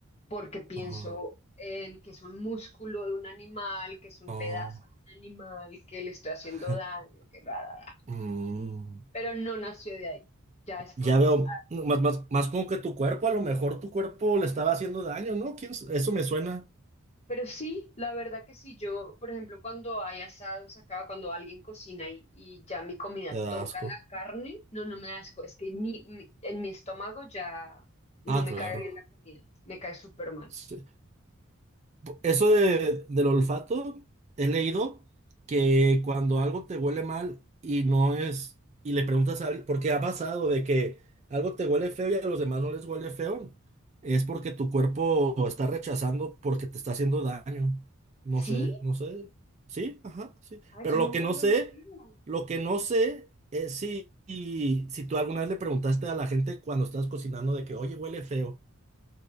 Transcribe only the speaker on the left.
porque pienso
en que es un músculo de un animal, que es un
pedazo de un animal, que le estoy haciendo
daño, que bla, bla, bla.
Pero no nació de ahí. Ya es porque
sí.
Pero sí, la verdad que sí, yo, por ejemplo, cuando hay asados acá, cuando alguien cocina y, y ya mi comida
toca
la carne, no, no me da asco, es que mi, mi- en mi estómago ya no
me
cae bien la comida, me cae súper mal.
¿Sí?
Ah,
eso nunca
lo
había oído.